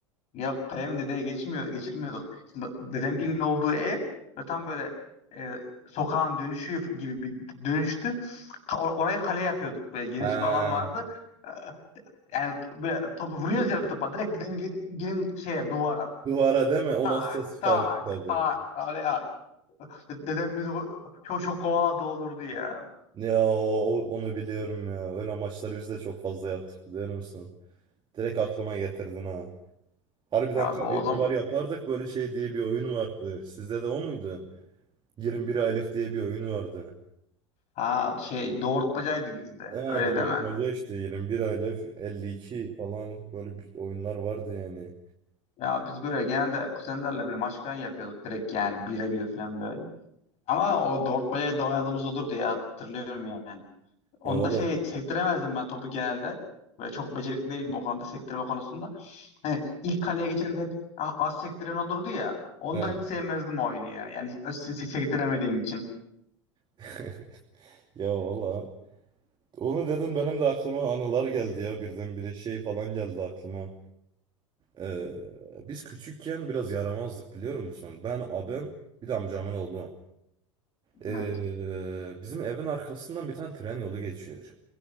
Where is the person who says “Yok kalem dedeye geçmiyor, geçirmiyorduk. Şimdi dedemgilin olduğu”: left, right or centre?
Left